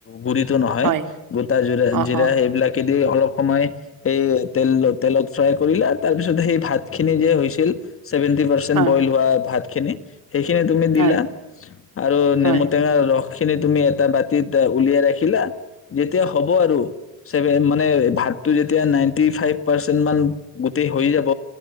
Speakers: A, on the left; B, on the right.
A: গুড়িতো নহয়
B: হয়
A: গোটা জিৰা
B: অ
A: জিৰা
B: অ
A: সেবিলাকে কেলেই অলপ সময় এই তেল তেলত ফ্ৰাই কৰিলে তাৰপিছত সেই ভাত। খিনি যে হৈছিল চেভেন্টি পাৰচেট
B: হয়
A: বইল হোৱা ভাত। খেনে সেইখিনি তুমি দিলা
B: হয়
A: আৰু
B: হয়
A: নেমু টেঙা ৰস। খিনি তুমি এটা বাতিত উলিয়াই ৰাখিলা যেতিয়া হ'ব আৰু চেভেন মানে ভাত যেতিয়া নাইনটি ফাইভ পাৰ্চেন্নত মান হৈ যাব।